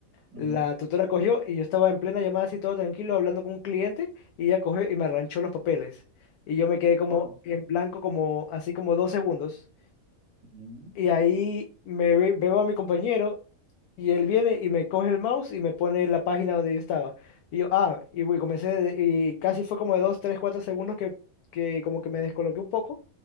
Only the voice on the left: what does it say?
la tutora cogió y yo estaba en plena llamada así todo tranquilo hablando con un cliente y ella cogió y me arranchó los papeles. Y yo me quedé como
en blanco como así como dos segundos.
Y ahí me ve- veo a mi compañero y él viene y me coge el mouse y me pone en la página donde yo estaba. Y yo, ah, y güey, comencé de- y casi fue como de 2 3 4 segundos que, que como que me descoloqué un poco.